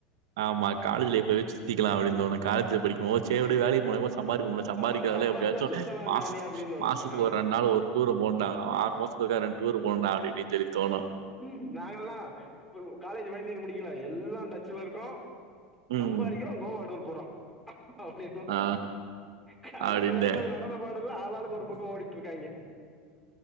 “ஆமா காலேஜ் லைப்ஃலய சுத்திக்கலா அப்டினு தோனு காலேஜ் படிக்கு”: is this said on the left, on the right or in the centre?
Right